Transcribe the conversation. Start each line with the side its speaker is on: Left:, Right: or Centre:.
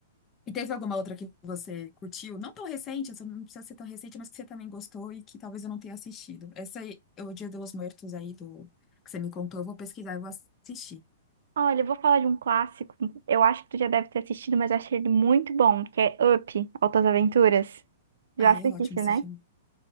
Left: E teve alguma outra que você curtiu? Não tão recente, essa não precisa ser tão recente, mas que você também gostou e que talvez eu não tenha assistido. Essa aí, o Dia dos Mortos aí do que você me contou, eu vou pesquisar e vou assistir.
Right: Olha, eu vou falar de um clássico, eu acho que tu já deve ter assistido, mas eu achei ele muito bom, que é Up, Altas Aventuras. Já
Left: Ah,
Right: assististe,
Left: é ótimo esse
Right: né?
Left: filme.